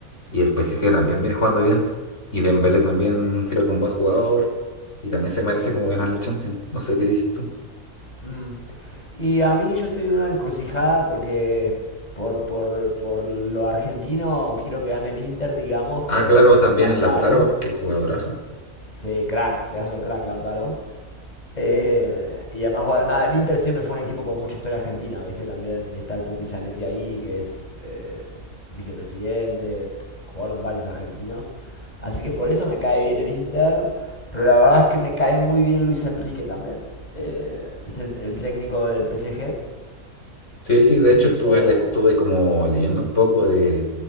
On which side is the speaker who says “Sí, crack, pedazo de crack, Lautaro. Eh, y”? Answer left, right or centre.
Left